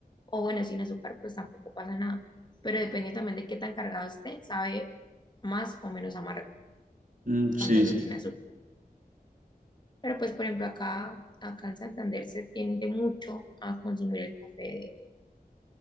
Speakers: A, on the left; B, on the right.
A: o bueno, sin azúcar, pues tampoco pasa nada. Pero depende también de qué tan cargado esté, sabe más o menos amargo.
B: Mm, sí,
A: cuando no
B: sí.
A: tiene azúcar. Pero pues, por ejemplo, acá, acá en Santander se tiende mucho a consumir el café de,